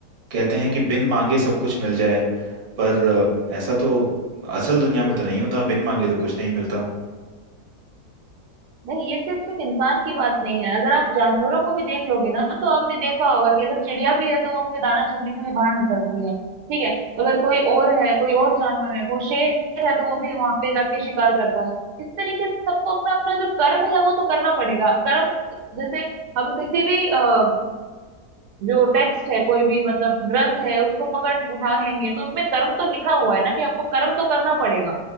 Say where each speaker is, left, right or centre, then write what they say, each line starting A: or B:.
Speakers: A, on the right; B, on the right.
A: कहते हैं कि बिन मांगे सब कुछ मिल जाए पर अ, ऐसा तो असल दुनिया में तो नहीं होता बिन मांगे तो कुछ नहीं मिलता
B: नहीं ये सिर्फ सिर्फ इंसान की बात नहीं है अगर आप जानवरों को भी देख लोगे ना तो आपने देखा होगा कि अगर चिड़िया भी है तो वो अपने दाना चुगने के लिए बाहर निकलती है ठीक है अगर कोई और है कोई और जानवर है वो शेर है तो वो भी वहां पे जाके शिकार करता है इस तरीके से सबको अपना अपना जो कर्म है वो तो करना पड़ेगा कर्म जैसे हम किसी भी अ, जो टेक्स्ट है कोई भी मतलब ग्रंथ है उसको पकड़ उठा लेंगे तो उसमें कर्म तो लिखा हुआ है ना कि आपको कर्म तो करना पड़ेगा